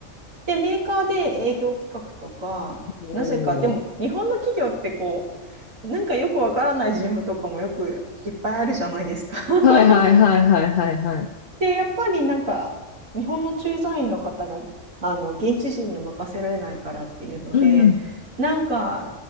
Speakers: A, on the right; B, on the left.
A: で、メーカーで営業企画とか、
B: おー。
A: なぜか、でも日本の企業ってこう、なんかよくわからないジムとかもよくいっぱいあるじゃないですか。<laughs>
B: はいはいはいはいはいはい。
A: で、やっぱりなんか、日本の駐在員の方が、あの、現地人に任せられないからっていうので、
B: うんうん。
A: なんか、